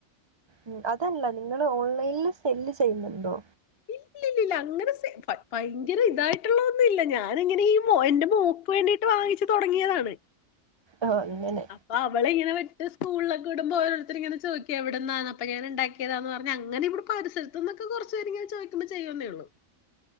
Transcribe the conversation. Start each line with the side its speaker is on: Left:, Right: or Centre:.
Right: ഉം അതുല്ല നിങ്ങള് ഓൺലൈൻല് സെല്ല് ചെയ്യുന്നുണ്ടൊ
Left: ഇല്ലില്ലില്ല അങ്ങനെ സെ ഭയങ്കര ഇതായിട്ടുള്ള ഒന്നും ഇല്ല ഞാനങ്ങനെ ഈ എന്റെ മോ ക്ക് വേണ്ടീട്ട് വാങ്ങിച്ച് തൊടങ്ങിയതാണ്
Right: ആഹ് അങ്ങനെ
Left: അപ്പൊ അവളിങ്ങനെ വിട്ട് സ്കൂള്ലൊക്ക ഇടുമ്പൊ ഓരോരുത്തര് ഇങ്ങനെ ചോയ്ക്കും എവിടുന്നാണ് അപ്പ ഞാനിണ്ടാക്കി ആക്കിയതാന്ന് പർഞ്ഞ അങ്ങന ഇവിടെ പരിസരത്ത്ന്നൊക്ക കൊറ്ച്ച് പേരിങ്ങന ചോയിക്കുമ്പൊ ചെയ്യുന്നേള്ളു